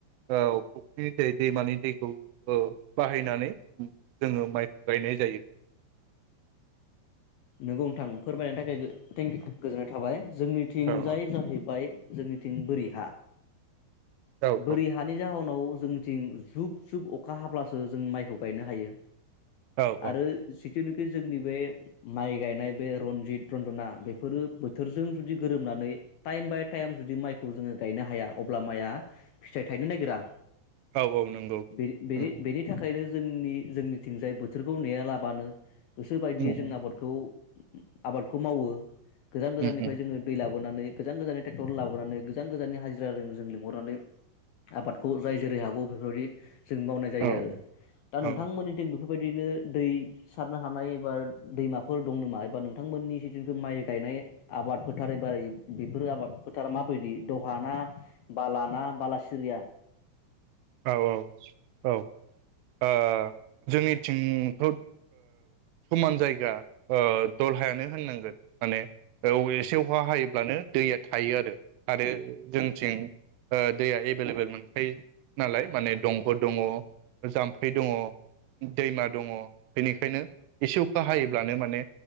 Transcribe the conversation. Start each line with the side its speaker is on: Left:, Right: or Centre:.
Right: फुख्रिनि दै दैमानि दैखौ ओ बाहायनानै जोङो माइखौ गायनाय जायो।
Left: नोंगौ नोंथां फोरमायनायनि थाखाय थेंकि गोजोननाय थाबाय। जोंनिथिंजाय
Right: औ
Left: जाहैबाय जोंनिथिं बोरि हा
Right: औ
Left: बोरि
Right: औ
Left: हानि जाहोनाव जोंनिथिं जुब जुब अखा हाब्लासो जों माइखौ गायनो हायो।
Right: औ
Left: आरो
Right: औ
Left: जिखुनोखि जोंनि बे गायनाय बे रनजित रन्जना बेफोरो बोथोरजों जुदि गोरोबनानै टाइम बाय टाइम जुदि माइखौ जोङो गायनो हाया अब्ला माइआ फिथाइ थायनो नागिरा
Right: औ औ नंगौ
Left: बेनि बेनि
Right: उम
Left: बेनि थाखायनो जोंनि जोंनिथिंजाय बोथोरखौ नेयालाबानो गोसो बायदियै
Right: उम उम
Left: जों आबाद आबादखौ मावो गोजान गोजाननिफ्राय
Right: उम
Left: जोङो दै लाबो बोनानै गोजान गोजाननि ट्रेक्टर लाबोनानै गोजान गोजाननि हाजिराजों जों लिंहरनानै आबादखौ जाय जेरै हागौ बेफोरबायदि जों मावनाय जायो
Right: औ
Left: आरो दा
Right: औ
Left: नोंथांमोननिथिं बेफोर बेबायदिनो दै सारनो हानाय एबा दैमा फोर दं नामा एबा नोंथांमोननि जिथुनिखि माइ गायनाय आबाद फोथार एबा बेफोर आबाद फोथारा माबायदि दहा ना बाला ना बाला सिरिया?
Right: औ औ औ ओ जोंनिथिंथ' ओ समान जायगा दलहायानो होननांगोन माने ओ एसे अखा हायोब्लानो दैया थायो आरो आरो जोंथिं दैया एभेलेबेल मोनखायो नालाय माने दंग' दङ जाम्फै दङ दैमा दङ बेनिखायनो एसे अखा हायोब्लानो माने